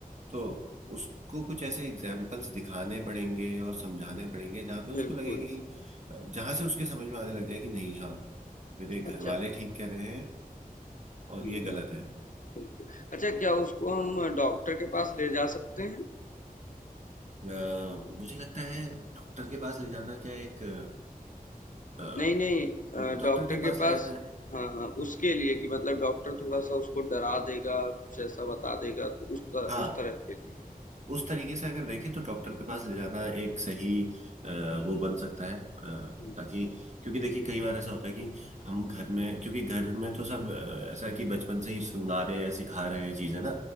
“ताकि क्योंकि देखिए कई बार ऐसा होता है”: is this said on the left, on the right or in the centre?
Right